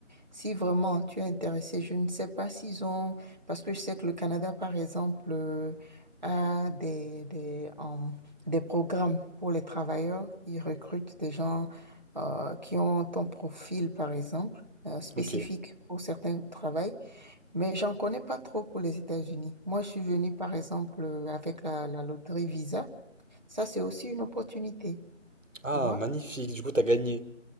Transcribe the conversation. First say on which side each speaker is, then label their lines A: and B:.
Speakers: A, on the right; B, on the right.
A: Si vraiment tu es intéressé, je ne sais pas s'ils ont, parce que je sais que le Canada, par exemple, euh, a des, des, euh, des programmes pour les travailleurs. Ils recrutent des gens euh, qui ont ton profil, par exemple, euh, spécifique
B: Ok.
A: pour certains travaux. Mais j'en connais pas trop pour les États-Unis. Moi, je suis venue, par exemple, euh, avec la, la loterie Visa. Ça, c'est aussi une opportunité,
B: Ah,
A: tu vois?
B: magnifique. Du coup, t'as gagné